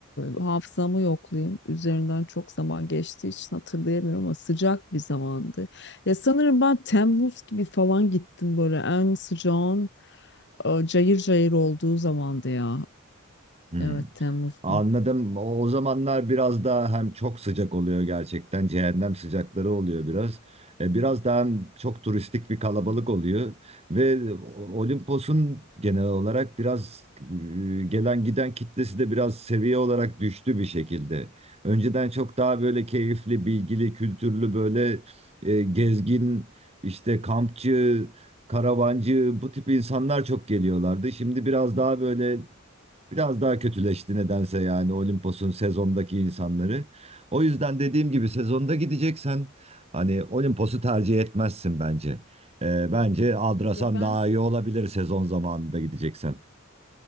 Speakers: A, on the left; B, on the right.
A: e, hafızamı yoklayayım. Üzerinden çok zaman geçtiği için hatırlayamıyorum ama sıcak bir zamandı. Ya sanırım ben Temmuz gibi falan gittim böyle en sıcağın e, cayır cayır olduğu zamandı ya.
B: Hmm.
A: Evet Temmuz'da.
B: Anladım. O o zamanlar biraz daha hem çok sıcak oluyor gerçekten. Cehennem sıcakları oluyor biraz. E, biraz daha hem çok turistik bir kalabalık oluyor. Ve o- Olimpos'un genel olarak biraz e, gelen giden kitlesi de biraz seviye olarak düştü bir şekilde. Önceden çok daha böyle keyifli, bilgili, kültürlü böyle e, gezgin, işte kampçı, karavancı bu tip insanlar çok geliyorlardı. Şimdi biraz daha böyle Biraz daha kötüleşti nedense yani Olimpos'un sezondaki insanları. O yüzden dediğim gibi sezonda gideceksen hani Olimpos'u tercih etmezsin bence. Ee, bence Adrasan
A: Ya ben
B: daha iyi olabilir sezon zamanında gideceksen.